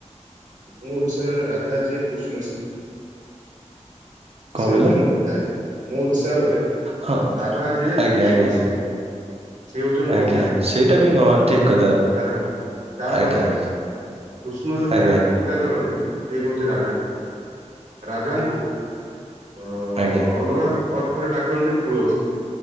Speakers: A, on the right; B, on the right.
A: ମୋ ହିସାବରେ ରାଧା ଯିଏ କୃଷ୍ଣ ସିଏ।
B: କଣ
A: ସିଏ
B: କହିଲେ
A: ହଉଛନ୍ତି ଗୋଟାଏ ମୋ ହିସାବରେ
B: ହଁ
A: ରାଧା ଯିଏ
B: ଆଜ୍ଞା
A: କୃଷ୍ଣ
B: ଆଜ୍ଞା
A: ସିଏ। ସେ ହଉଛନ୍ତି
B: ଆଜ୍ଞା
A: ଗୋଟାଏ
B: ସେଇଟା ବି ହଁ ଠିକ କଥା
A: ହେଲା ତାପରେ
B: ଆଜ୍ଞା
A: କୃଷ୍ଣ ଯଦି
B: ଆଜ୍ଞା
A: କାହାକୁ ପୂଜା କରନ୍ତି ସିଏ ହଉଛି ରାଧା। ରାଧାଙ୍କୁ ହଁ।
B: ଆଜ୍ଞା।
A: ଅଲଗା ଅର୍ଥରେ ଡାକନ୍ତି ତୁଳସୀ।